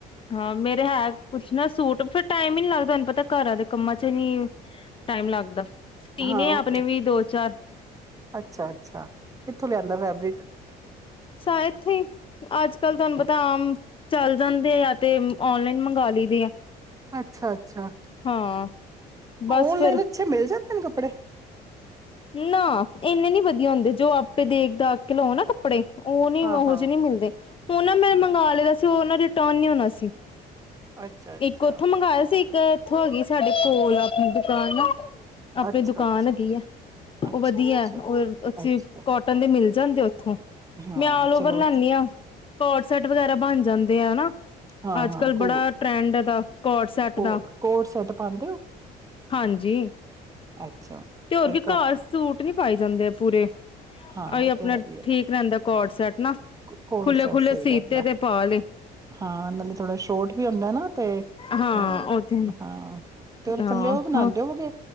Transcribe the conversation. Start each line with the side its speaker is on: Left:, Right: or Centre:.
Left: ਹਾਂ ਮੇਰੇ ਹੈ ਕੁਛ ਨਾ ਸੂਟ ਫਿਰ ਟਾਈਮ ਹੀ ਨੀ ਲੱਗਦਾ ਤੁਹਾਨੂੰ ਪਤਾ ਘਰਾਂ ਦੇ ਕੰਮਾਂ ਚ ਨਹੀਂ ਟਾਈਮ ਲਗਦਾ ਸੀ
Right: ਹਾਂ
Left: ਨੇ
Right: ਉਹ
Left: ਆਪਣੇ
Right: ਤੇ
Left: ਵੀ ਦੋ ਚਾਰ
Right: ਅੱਛਾ ਅੱਛਾ ਕਿੱਥੋਂ ਲਿਆਂਦਾ ਫੈਬਰਿਕ
Left: ਸ਼ਾਇ ਇੱਥੇ ਅੱਜ ਕੱਲ ਤੁਹਾਨੂੰ ਪਤਾ ਆਮ ਚੱਲ ਜਾਂਦੇ ਆ ਜਾਂ ਤੇ ਔਨਲਾਈਨ ਮੰਗਵਾ ਲਈ ਦੀ ਆ
Right: ਅੱਛਾ ਅੱਛਾ
Left: ਹਾਂ ਬਸ
Right: ਓਨਲਾਈਨ
Left: ਫਿਰ
Right: ਅੱਛੇ ਮਿਲ ਜਾਂਦੇ ਨੇ ਕੱਪੜੇ
Left: ਨਾ ਇੰਨੇ ਨੀ ਵਧੀਆ ਹੁੰਦੇ ਜੋ ਆਪੇ ਦੇਖ ਦਾਖ ਕੇ ਲਓ ਨਾ ਕੱਪੜੇ ਉਹ ਨੀ
Right: ਹਾਂ
Left: ਉਹ
Right: ਹਾਂ
Left: ਜਿਹੇ ਨਹੀਂ ਮਿਲਦੇ ਉਹ ਨਾ ਮੇ
Right: ਹਾਂ
Left: ਮੰਗਵਾ ਲ ਦਾ ਸੀ ਉਹਨਾਂ ਟਰਨ ਨਹੀਂ ਹੋਣਾ ਸੀ
Right: ਅੱਛਾ ਅੱਛਾ
Left: ਇੱਕ ਉੱਥੋਂ ਮੰਗਵਾਇਆ ਸੀ ਇੱਕ ਇੱਥੋਂ ਹੋਗੀ ਸਾਡੇ ਕੋਲ ਆਪਣੀ ਦੁਕਾਨ ਆਪਣੀ
Right: ਅੱਛਾ
Left: ਦੁਕਾਨ
Right: ਅੱਛਾ
Left: ਹੈਗੀ ਹੈ
Right: ਅੱਛਾ
Left: ਉਹ ਵਧੀਆ
Right: ਅੱਛਾ
Left: ਉਹਰ ਅਸੀਂ
Right: ਅੱਛਾ
Left: ਕੋਟਨ ਦੇ ਮਿਲ ਜਾਂਦੇ ਆ ਉੱਥੋਂ
Right: ਹਾਂ
Left: ਮੈਂ ਆਲ ਓਵਰ
Right: ਚਲੋ
Left: ਲੇਨੀ ਹਾਂ ਕੋਡ ਸੈਟ ਵਗੈਰਾ ਬਣ ਜਾਂਦੇ ਆ ਹਨਾ
Right: ਹਾਂ
Left: ਅੱਜ
Right: ਹਾਂ
Left: ਕੱਲ੍ਹ
Right: ਕੋ
Left: ਬੜਾ ਟਰੈਂਡ ਦਾ ਕੋਡ ਸੈਟ
Right: ਕੋ
Left: ਦਾ
Right: ਕੋਟ ਸੈਟ ਪਾਉਂਦੇ ਹੋ
Left: ਹਾਂਜੀ
Right: ਅੱਛਾ
Left: ਤੇ ਹੋਰ
Right: ਫਿਰ
Left: ਕੀ ਘਰ ਸੂਟ ਨੀ ਪਾਏ ਜਾਂਦੇ ਆ ਪੂਰੇ
Right: ਹਾਂ
Left: ਅਹੀ
Right: ਉਹ
Left: ਆਪਣਾ
Right: ਤੇ ਹੈ ਹੀ ਆ
Left: ਠੀਕ ਰਹਿੰਦਾ ਕੋਰਡ ਸੈਟ ਨਾ
Right: ਕੋਡ
Left: ਖੁੱਲੇ
Right: ਸੈਟ
Left: ਖੁੱਲੇ
Right: ਸਹੀ
Left: ਸੀਤੇ
Right: ਰਹਿੰਦਾ
Left: ਤੇ ਪਾ ਲਏ
Right: ਹਾਂ ਨਾਲੇ ਥੋੜਾ ਸ਼ੋਟ ਵੀ ਹੁੰਦਾ ਨਾ ਤੇ
Left: ਹਾਂ
Right: ਅ
Left: ਉਹ ਤੇ
Right: ਹਾਂ ਤੇ ਉਹਦੇ
Left: ਹਾਂ
Right: ਥੱਲੇ ਉਹ ਬਣਾਉਂਦੇ
Left: ਹੋਰ
Right: ਹੋਗੇ